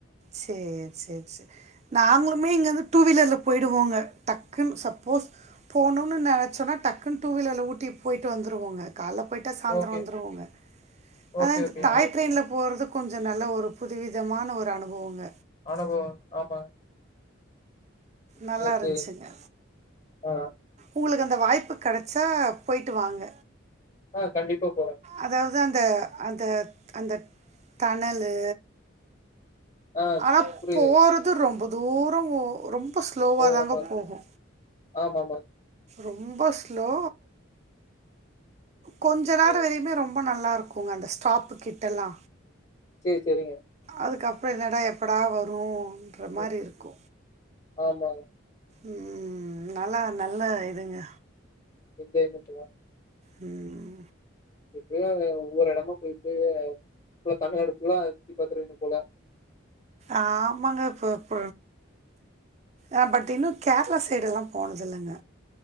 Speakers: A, on the right (about 35°); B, on the left (about 35°).
A: சேர் சேர் சேர் நாங்களுமே இங்கேந்து டூ வீலர்ல போயிடுவோங்க டக்குனு சப்போஸ் போணுன்னு நெனச்சோன்னா டக்குன் டூ வீலர்ல ஊட்டி போய்ட்டு வந்துருவோங்க கால்ல போய்ட்டா சாந்தரோ
B: ஓகே,
A: வந்துருவோங்க அதா
B: ஓகே,
A: இந்த
B: ஓகேங்க.
A: டாய் ட்ரெயின்ல போறது கொஞ்சோ நல்ல ஒரு புதுவிதமான ஒரு அனுபவங்க
B: அனுபவோ ஆமா
A: நல்லா
B: சேர்
A: இருந்துச்சுங்க
B: செரி ஆ
A: உங்களுக்கு அந்த வாய்ப்பு கெடச்சா போய்ட்டு வாங்க
B: ஆ கண்டிப்பா போற
A: அதாவது அந்த அந்த அந்த தணலு
B: ஆ
A: ஆனா
B: புரியுதுங்க.
A: போறது ரொம்ப தூரோ ரொம்ப ஸ்லோவா
B: போற
A: தாங்க
B: மாரி
A: போகு
B: ஆமாமாங்க.
A: ரொம்ப ஸ்லோ கொஞ்ச நேரோ
B: ஆ
A: வரையுமே ரொம்ப நல்லாருக்குங்க அந்த ஸ்டாப்பு கிட்டல்லா
B: சரி, சரிங்க.
A: அதுக்கப்பறோ என்னடா எப்படா வருன்ற மாரி
B: ம்.
A: இருக்கு
B: ஆமாங்க
A: ம் நல்லா நல்ல இதுங்க
B: விஜய் மட்டு்தா
A: ம்
B: எப்டியோ ஒவ்வொரு எடமா போய்ட்டு புல்லா தமிழ்நாடு ஃபுல்லா சுத்தி பாத்தருது போல
A: ஆமாங்க இப்ப அப்ப ஆ பட் இன்னு கேரளா சைடெல்லா போனதில்லங்க